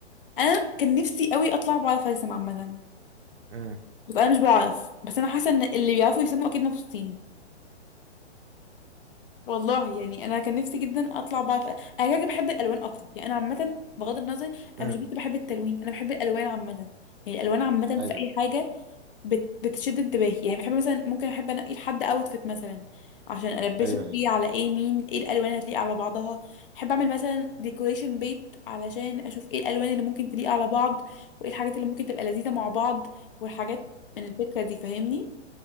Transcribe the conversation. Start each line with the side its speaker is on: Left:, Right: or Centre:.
Left: انا كان نفسي قوي اطلع بعرف ارسم عامه
Right: امم
Left: بس انا مش بعرف بس انا حاسه ان اللي بيعرفوا يرسموا اكيد مبسوطين والله يعني انا كان نفسي جدا اطلع بعرف انا كده كده بحب الالوان اكتر يعني انا عامه بغض النظر
Right: امم
Left: انا مش بس بحب التلوين انا بحب الالوان عامه يعني الالوان عامه
Right: ايوه
Left: في اي حاجه بت... بتشد انتباهي يعني بحب مثلا ممكن احب انقي لحد اوتفيت مثلا عشان البسه
Right: ايوه ايوه
Left: فيه على ايه مين ايه الالوان اللي هتليق على بعضها بحب اعمل مثلا ديكوريشن بيت علشان اشوف ايه الالوان اللي ممكن تليق على بعض وايه الحاجات اللي ممكن تبقى لذيذة مع بعض والحاجات من الفكرة دي فاهمني